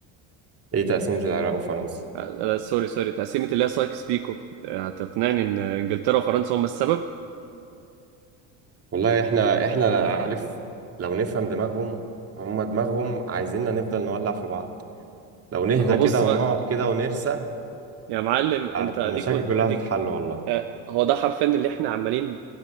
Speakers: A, on the right (about 35°); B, on the right (about 65°).
A: ايه تقسيمة العراق وفرنسا
B: لا سوري سوري تقسيمة اللي هي سايكس بيكو هتقنعني ان انجلترا وفرنسا هما السبب
A: والله احنا احنا عارف لو نفهم دماغهم هما دماغهم عايزيننا نفضل نولع في بعض لو نهدى
B: اهو
A: كده
B: بص
A: ونقعد
B: بقى
A: كده ونرسى
B: يا معلم انت
A: المشاكل
B: اديك قلت
A: كلها
B: اديك
A: هتتحل والله
B: آه، هو ده حرفيا اللي احنا عمالين